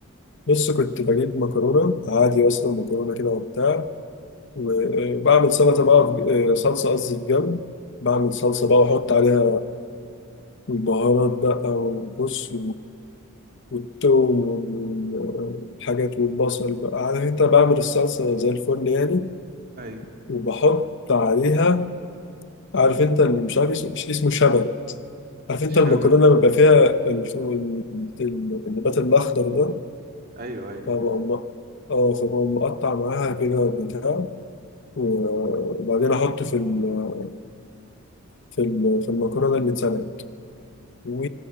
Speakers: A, on the left; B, on the right.
A: بص
B: مم.
A: كنت بجيب مكرونه عادي اصلا مكرونه كده وبتاع وبعمل سلطه بقى في- آه، صلصه قصدي في جنب بعمل صلصه بقى واحط عليها البهارات بقى وبص والتوم والحاجات والبصل بقى عارف انت بعمل الصلصة زي الفل يعني
B: أيوه
A: وبحط عليها عارف انت اللي مش عارف اسمه مش اسمه شبت عارف انت
B: الشبت
A: المكرونة لما بيبقى فيها ال- ال- ال- النبات الأخضر ده
B: أيوه أيوه
A: فبقوم مق- اه فبقوم مقطع معاها كده بتاع وبعدين أحطه في ال- في ال- في المكرونة اللي اتسلقت و